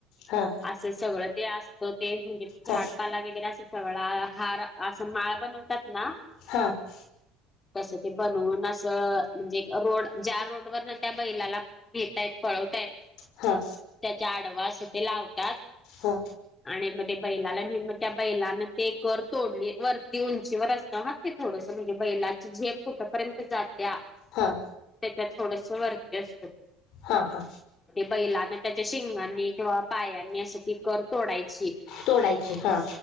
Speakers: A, on the left; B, on the left.
A: हा
B: असं सगळं ते असतं ते म्हणजे झाडपाला
A: हा
B: वगैरे अस सगळा हार असं माळ बनवतात ना
A: हा <inaudible>
B: कसं ते बनवून असं म्हणजे रोड ज्या रोडवरन ना त्या बैलाला भेटताय प
A: हा
B: त्याच्या <inaudible> आडवा लावतात
A: हा
B: आणि बैलाला मग त्या बैलान ते कर तोडली वरती उंचीवर असत ते थोडस म्हणजे बैला जेप कुठपर्यंत जात्या
A: हा
B: त्याच्यात थोडस वरती असतं
A: हा -हा
B: बैलांना त्याच्या शिंगांनी किंवा पायांनी असं ती कर तोडायची
A: तोडायची हा